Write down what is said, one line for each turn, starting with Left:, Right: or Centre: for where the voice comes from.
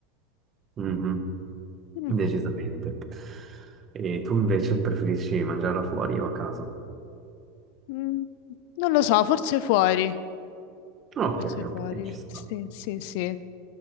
Right: Mhm,
Left: Mm,
Right: decisamente. E tu invece preferisci mangiarla fuori o a casa?
Left: mm, non lo so, forse fuori.
Right: Ok,
Left: Forse
Right: ok,
Left: fuori,
Right: ci sta.
Left: sì, sì, sì.